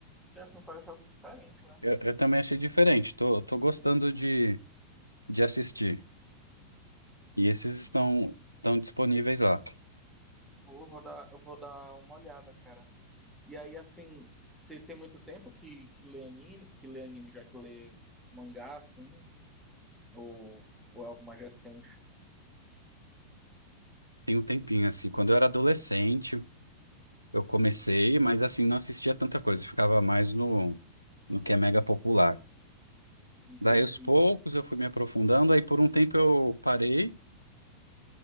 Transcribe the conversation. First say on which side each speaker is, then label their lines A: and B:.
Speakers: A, in the centre; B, on the right.
A: que assim parece algo diferente, né?
B: Eu, eu também achei diferente. Tô, tô gostando de, de assistir. E esses estão, estão disponíveis lá.
A: Pô, eu vou dar, eu vou dar uma olhada, cara. E aí, assim, você tem muito tempo que, que lê anime, que lê anime, já que lê mangá, assim, ou, ou é algo mais recente?
B: Tem um tempinho, assim. Quando eu era adolescente, eu comecei, mas assim, não assistia tanta coisa. Ficava mais no, no que é mega popular.
A: Entendi.
B: Daí aos poucos eu fui me aprofundando, aí por um tempo eu parei,